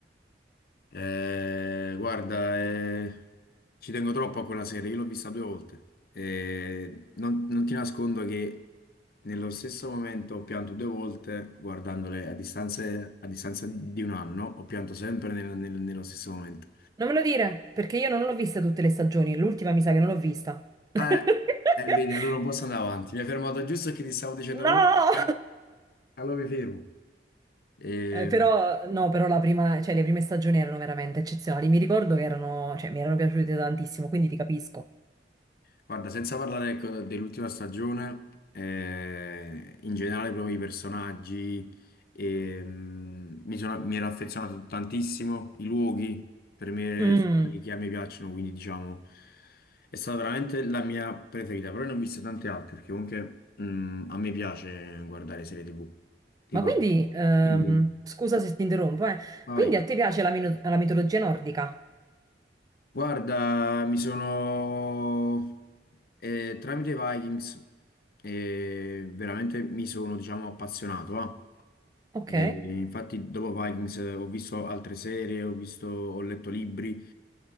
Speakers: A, on the left (about 55°); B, on the right (about 20°).
A: Eh, guarda, eh, ci tengo troppo a quella serie, io l'ho vista due volte. Eh, non, non ti nascondo che nello stesso momento ho pianto due volte guardandole a distanze- a distanza di di un anno, ho pianto sempre nel- nel- nello stesso momento.
B: Non me lo dire, perché io non l'ho vista tutte le stagioni, l'ultima mi sa che non l'ho vista. <laughs>
A: Eh, eh, vedi, allora non posso andare avanti. Mi hai fermato giusto che ti stavo dicendo proprio,
B: No!
A: eh, allora mi fermo. Eh,
B: Eh, però, no, però la prima, cioè, le prime stagioni erano veramente eccezionali. Mi ricordo che erano, cioè, mi erano piaciute tantissimo, quindi ti capisco.
A: Guarda, senza parlare ecco, dell'ultima stagione, eh, in generale proprio i personaggi, ehm, mi sono- mi ero affezionato tantissimo, i luoghi per me
B: Mm.
A: sono quelli che a me piacciono, quindi diciamo è stata veramente la mia preferita, però ne ho viste tante altre, perché comunque mm, a me piace guardare serie TV. Tipo,
B: Ma quindi, ehm,
A: dimmi, dimmi.
B: scusa se ti interrompo, eh.
A: Vai,
B: Quindi
A: vai.
B: a te piace la, mino- la mitologia nordica?
A: Guarda, mi sono eh, tramite Vikings eh, veramente mi sono, diciamo, appazionato, va.
B: Ok,
A: E infatti dopo Vikings eh, ho visto altre serie, ho visto, ho letto libri